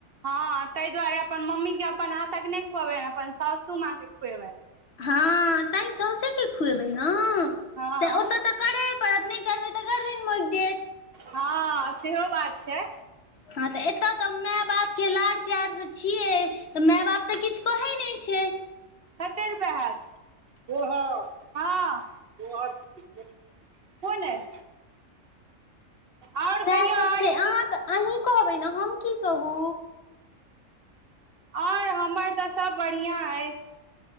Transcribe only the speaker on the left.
हँ तैँ सौसे के खुएबै ने
तऽ ओत तक करैय पड़त नहि करबै तऽ गर्दन मोइक दैत
हँ तऽ एतो तऽ मै बापके लाड़ प्यारसे छियै तऽ मै बाप तऽ किछु कहै नै छै।
सएह
सब
छै
अहाँके अहीं कहबै ने हम की कहू